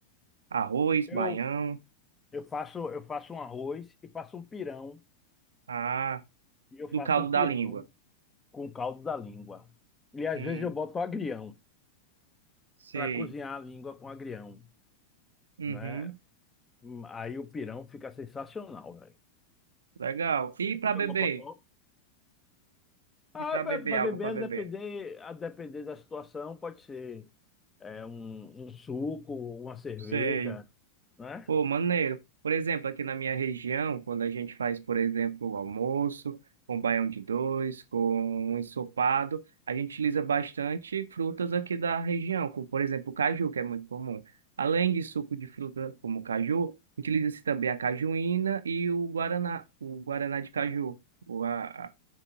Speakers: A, on the right; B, on the left.
A: Arroz,
B: Eu
A: baião,
B: Eu faço, eu faço um arroz e faço um pirão.
A: ah,
B: E eu
A: do
B: faço
A: caldo
B: um
A: da
B: pirão
A: língua.
B: com caldo da língua. E às
A: Hum,
B: vezes eu boto agrião
A: sei.
B: para cozinhar a língua com agrião,
A: Uhum,
B: né? Hum, Aí o pirão fica sensacional, velho.
A: legal. E
B: E
A: para
B: comer
A: beber?
B: mocotó? Ah,
A: E para
B: para
A: beber, algo
B: beber,
A: para
B: a depender,
A: beber.
B: a depender da situação, pode ser é, um, um suco, uma cerveja,
A: Sei.
B: né?
A: Pô, maneiro. Por exemplo, aqui na minha região, quando a gente faz, por exemplo, o almoço, com baião de dois, com um ensopado, a gente utiliza bastante frutas aqui da região, como, por exemplo, o caju, que é muito comum. Além de suco de fruta como o caju, utiliza-se também a cajuína e o guaraná, o guaraná de caju. O, a, a-